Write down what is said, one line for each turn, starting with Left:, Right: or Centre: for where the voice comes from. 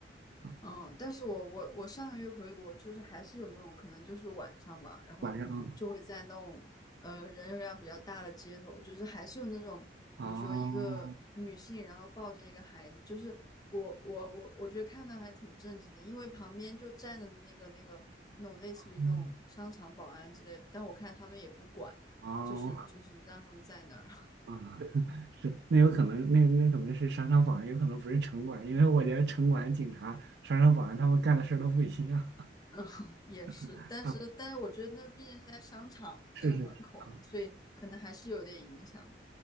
Right: 啥啊，
Left: 嗯，但是我我我上个月回国，就是还是有那种可能就是晚上吧，然后就会在那种呃人流量比较大的街头，
Right: 晚上啊，
Left: 就是还是有那种，
Right: 哦
Left: 比如说一个女性，然后抱着一个孩子，就是我我我我觉得看到还挺震惊的，因为旁边就站着那个那个那种类似于那种商场保安之类的，
Right: 嗯
Left: 但我看他们也不管，
Right: 哦
Left: 就是就是让他们在那儿。
Right: 啊，<laughs> 是那有可能那那可能是商场保安，有可能不是城管，因为我觉得城管、警察、商场保安他们干的事儿都不一样
Left: 嗯，<laughs> 也是，
Right: <laughs>
Left: 但是但是我觉得那毕竟是在商场那个门口嘛，
Right: 啊，是是是啊。
Left: 所以可能还是有点影响的。